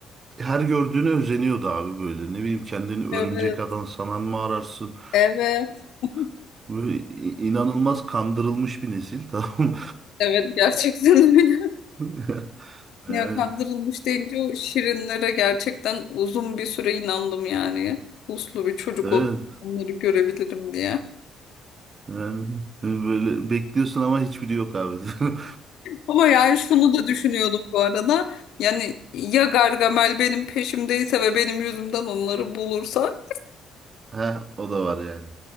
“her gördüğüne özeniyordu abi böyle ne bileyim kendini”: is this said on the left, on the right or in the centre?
Right